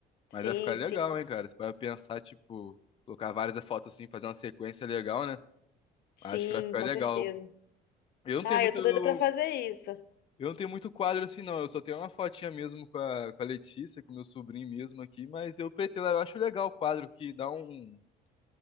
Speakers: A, on the left; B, on the left.
A: Sim,
B: Mas vai ficar
A: sim,
B: legal, hein, cara? Você vai pensar, tipo, colocar várias fotos assim, fazer uma sequência legal, né?
A: sim,
B: Acho que vai ficar
A: com
B: legal.
A: certeza.
B: Eu não
A: Ai,
B: tenho muito,
A: eu tô doida pra fazer isso.
B: Eu não tenho muito quadro assim, não. Eu só tenho uma fotinha mesmo com a, com a Letícia, com o meu sobrinho mesmo aqui, mas eu pretendo, eu acho legal o quadro, que dá um,